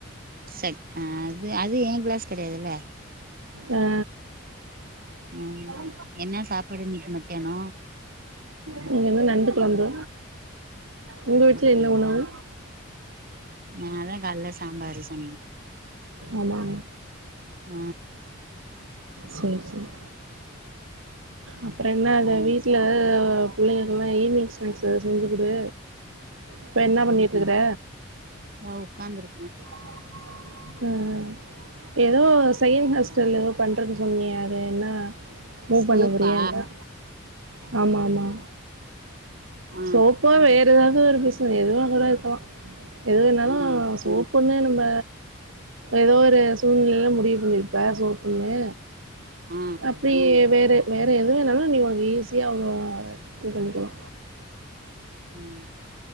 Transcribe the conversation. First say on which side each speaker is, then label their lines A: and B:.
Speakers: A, on the right; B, on the right.
A: சக் அ அது அது ஏங் க்ளாஸ் கெடையாதுல்ல
B: ஆ ஆ
A: ம்
B: <inaudible>
A: என்ன சாப்பாடு இன்னைக்கு மத்தியானோ
B: இன்னைக்கு வந்து நண்டு குழம்பு உங்க வீட்ல
A: அப்டியா
B: என்ன உணவு
A: நா அதா கால்ல சாம்பாரு சொன்னே
B: ஆமாமா
A: அ
B: சேர் சேர் அப்றோ என்ன அத
A: சேரி
B: வீட்ல
A: சேரி
B: அ பிள்ளைங்ளுக்கெல்லா ஈவி்னிங் ஸ்நாக்ஸ் எதா செஞ்சு குடு இப்ப என்ன பண்ணிட்டு இருக்ற
A: நா உக்காந்ரு
B: ம் ம் ஏதோ சயின் ஹஸ்டல் ஏதோ பண்றன் சொன்னியே அது என்னா மூ
A: சோப்பா
B: பண்ண போறியா என்ன ஆமா ஆமா
A: ஆ
B: சோப்பா வேறு ஏதாது ஒரு பிசன எதுவா கூட இருக்கலா எதுவேணாலு
A: ம்
B: சோப் புனு நம்ப ஏதோ ஒரு சூழ்நிலல முடிவு பண்ணிருப்ப சோப்புன்னு
A: ஆ
B: அப்டியே வேறு வேறு எது வேணாலு நீ உனக்கு ஈஸியா அவ்ளோ இது பண்ணிக்லா
A: ம்